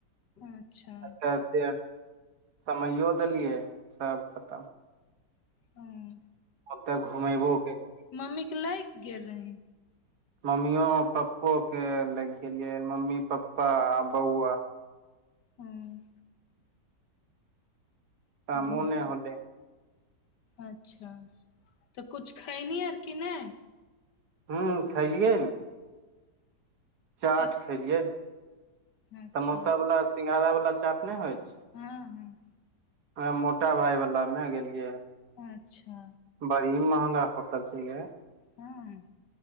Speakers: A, on the left (about 70°); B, on the right (about 65°).
A: अच्छा
B: आ तै समैयो देलियै सब खतम
A: हँ
B: ओत्ते घुमैबो केलकै
A: मम्मी के लैके गेल रही?
B: मम्मीओ पप्पो के लके गेलियै मम्मी पप्पा आ बौआ।
A: हूँ
B: कामो
A: धूप
B: नहि होलै
A: अच्छा तऽ कुछु खयली अ कि नहि?
B: हूँ खलियै ने। चाट
A: कथी
B: खेलियै
A: अच्छा
B: समोसा वाला सिंघारा वाला चाट नै होइ छैय।
A: हँ हँ
B: वैह मोटा भाई वाला मे गेलियै ह।
A: अच्छा
B: बड़ी महंगा होटल छैय गे।
A: हँ